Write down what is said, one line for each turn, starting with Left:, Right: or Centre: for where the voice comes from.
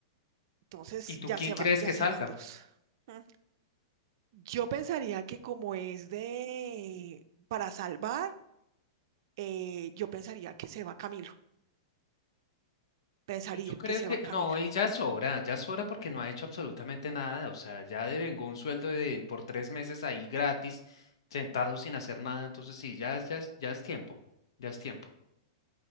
Right: Entonces
Left: ¿Y tú
Right: ya
Left: quién
Right: se
Left: crees
Right: va, ya
Left: que
Right: se
Left: salga?
Right: van dos. Mm. Yo pensaría que como es de para salvar, eh, yo pensaría que se va Camilo. Pensaría
Left: Y yo creo
Right: que se
Left: que,
Right: va Camilo.
Left: no, y ya sobra, ya sobra porque no ha hecho absolutamente nada, o sea, ya devengó un sueldo de por tres meses ahí gratis, sentado sin hacer nada, entonces sí, ya, es- ya, es- ya es tiempo, ya es tiempo.